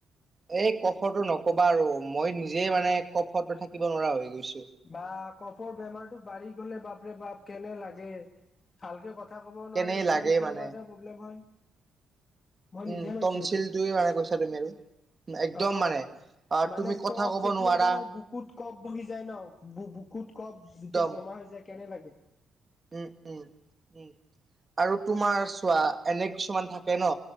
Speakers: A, on the right; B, on the left.
A: এই কফটো নকবা আৰু মই নিজে মানে কফটো থাকিব নোৱাৰা হৈ গৈছো।
B: বা কফৰ বেমাৰতটো বাঢ়ি গলে বাপৰে বাপ কেনে লাগে ভালকে কথা কথা ক'ব
A: কেনে
B: নোৱাৰে উশাহ,
A: লাগে
B: নিশাহ
A: মানে
B: লোৱাটো প্ৰব্লেম হয়। মই
A: উম,
B: নিজে পাইছো
A: তনচিলটোৱে
B: এইটো
A: মানে কৈছা তুমি আৰু একদম
B: অ
A: মানে আহ
B: মানে
A: তুমি কথা
B: কপ
A: কব
B: যেতিয়া
A: নোৱাৰা
B: তোমাৰ বুকুত কপ বহি যায় ন, বুকুত কপ যেতিয়া
A: একদম
B: জমা হৈ যায়। কেনে লাগে?
A: উম, উম, উম। আৰু তোমাৰ চোৱা এনে কিছুমান থাকে ন।